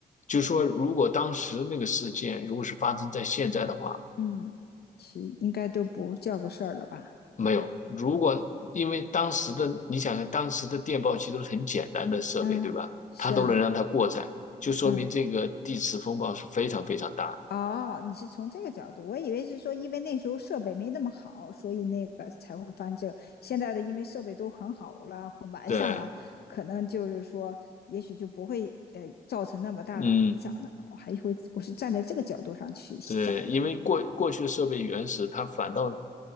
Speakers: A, on the left (about 45°); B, on the left (about 60°).
A: 就说，如果当时那个事件如果是发生在现在的话，
B: 嗯，其应该都不叫个事儿了吧？
A: 没有。如果因为当时的，你想想，当时的电报机都是很简单的设备，
B: 嗯，
A: 对吧？
B: 是啊，
A: 它都能让它过载，就说明这个地磁风暴是非常非常大的。
B: 嗯。哦，你是从这个角度，我以为是说，因为那时候设备没那么好，所以那个才会翻这个现在的因为设备都很好了，很完善了，
A: 对，
B: 可能就是说，也许就不会呃造成那么大的影响的。
A: 嗯，
B: 我还会，我是站在这个角度上去想的。
A: 对，因为过过去的设备原始，它反倒